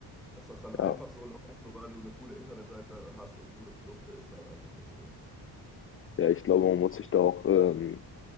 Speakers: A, in the centre; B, on the left.
A: dass das dann einfach
B: Ja.
A: so läuft, nur weil du eine coole Internetseite hast und coole Produkte, ist halt einfach nicht so.
B: Ja, ich glaube, man muss sich da auch ähm,